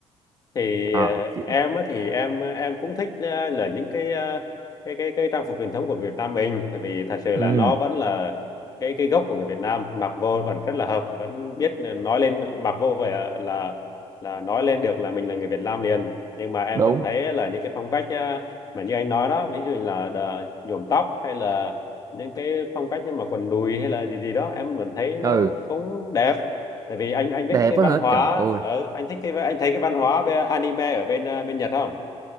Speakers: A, on the left (about 30°); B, on the right (about 30°).
A: thì
B: à
A: ờ,
B: chứ
A: em á thì em em cũng thích ờ, là những cái ờ, cái cái cái trang phục truyền thống của Việt Nam mình tại vì thật sự
B: ừ
A: là nó vẫn là cái cái gốc của người Việt Nam mặc vô vẫn rất là hợp vẫn biết nói lên mặc vô vậy là là là nói lên được là mình là người Việt Nam liền nhưng mà em
B: đúng
A: vẫn thấy là những cái phong cách ờ, mà như anh nói đó ví dụ như là đờ- nhuộm tóc hay là những cái phong cách như mà quần đùi hay là gì gì đó em vẫn thấy nó
B: ừ
A: cũng đẹp tại vì anh anh biết
B: đẹp
A: cái văn
B: quá hả
A: hóa
B: trời ơi
A: ở anh thích cái anh thấy cái văn hóa bên, anime ở bên ờ, bên Nhật không